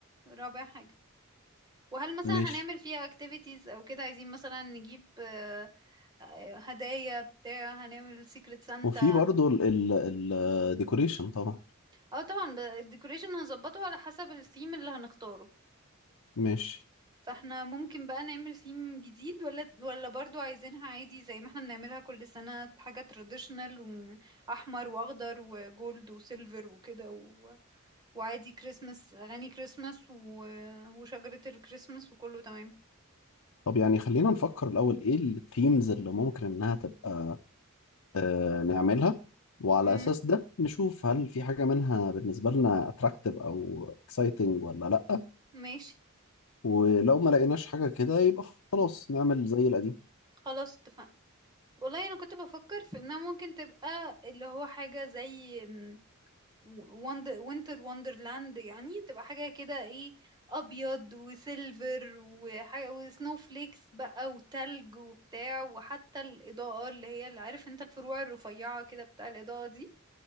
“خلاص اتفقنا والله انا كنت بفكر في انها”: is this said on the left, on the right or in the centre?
Right